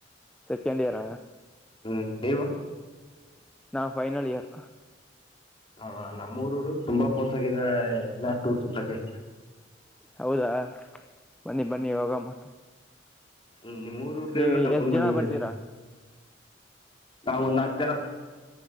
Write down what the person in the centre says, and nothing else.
second year
ನಾ ಫೈನಲ್ ಇಯರ್
ಹೌದಾ ಬನ್ನಿ ಬನ್ನಿ ಹೋಗಮ್ಮ
ನೀವು
ಎಷ್ಟು
ಜನ ಬರ್ತೀರಾ